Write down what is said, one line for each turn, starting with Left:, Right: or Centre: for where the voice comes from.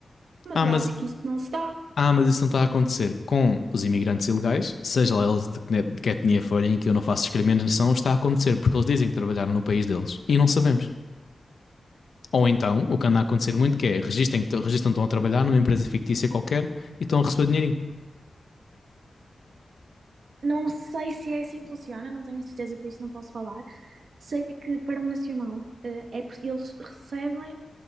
Right: mas
Left: Ah,
Right: eu
Left: mas,
Right: acho que isso não se dá.
Left: ah, mas isso não está a acontecer com os imigrantes ilegais, seja lá eles de, que- de que etnia forem, que eu não faço discriminação, está a acontecer porque eles dizem que trabalharam no país deles e não sabemos. Ou então, o que anda a acontecer muito que é registam que t- estão a trabalhar numa empresa fictícia qualquer e estão a receber dinheirinho.
Right: Não sei se é assim que funciona, não tenho certeza, por isso não posso falar. Sei que para o Nacional, eh, é, pre- eles recebem